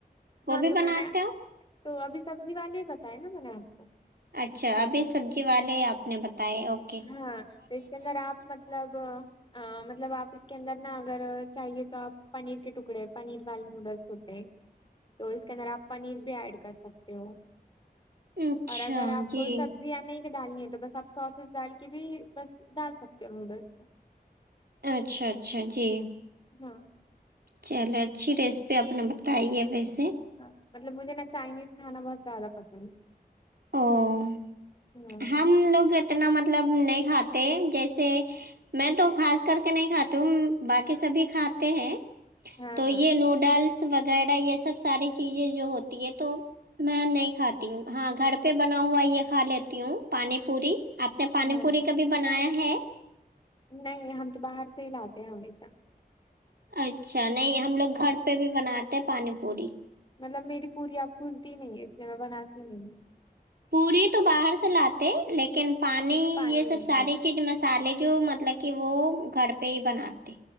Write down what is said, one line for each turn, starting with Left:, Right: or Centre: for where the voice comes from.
Right: وہ
Left: ہاں
Right: بھی
Left: تو
Right: بناتے
Left: میں نے
Right: ہو
Left: تو ابھی سبزی والے ہی بتائے نا میں نے آپ کو
Right: اچھا ابھی سبزی والے آپ نے بتائے اک
Left: ہاں تو اس کے اندر آپ مطلب آں مطلب آپ اس کے اندر نا اگر چاہیے تو آپ پنیر کے ٹکڑے پنیر والے نوڈلس ہوتے ہیں تو اس کے اندر آپ پنیر بھی ایڈ کر سکتے ہو
Right: اچھا
Left: اور اگر آپ
Right: جی
Left: کو سبزیاں نہیں ڈالنی ہے تو بس آپ سوسز ڈال کے بھی بس ڈال سکتے ہو نوڈلس کو
Right: اچھا اچھا جی
Left: ہاں
Right: چلو اچھی ریسیپی اپنا بتائی ہے ویسے
Left: ہ مطلب مجھے نا چائنیز کھانا بہت زیادہ پسند
Right: اور
Left: ہے
Right: ہم لوگ اتنا مطلب نہیں کھاتے جیسے میں تو خاص کر کے نہیں کھاتی ہوں باقی سبھی کھاتے ہیں
Left: ہاں
Right: تو
Left: ہاں
Right: یہ نوڈل س وغیرہ یہ سب ساری چیزیں جو ہوتی ہے تو میں نہیں کھاتی ہوں ہاں گھر پہ بنا ہوا یہ کھا لیتی ہوں پانی پوری آپ نے پانی
Left: ہاں
Right: پوری کبھی بنایا ہے
Left: نہیں ہم تو باہر سے ہی لاتے ہیں ہمیشہ
Right: اچھا نہیں ہم لوگ گھر پہ بھی بناتے ہیں پانی پوری
Left: مطلب میری پوری پھلتی نہیں ہے اس لیے میں بناتی نہیںی
Right: پوری تو باہر سے لاتے لیکن پانی
Left: پانی
Right: یہ سب ساری
Left: ہاں
Right: چیز مس سالے جو مطلب کہ وہ گھر پہ ہی بناتے